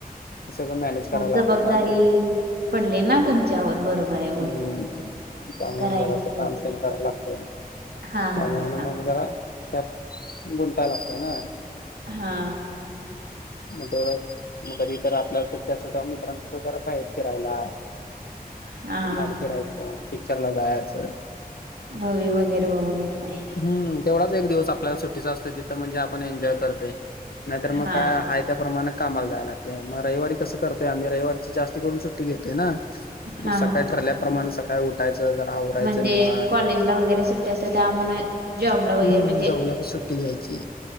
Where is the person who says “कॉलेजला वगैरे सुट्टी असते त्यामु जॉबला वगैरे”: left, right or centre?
Right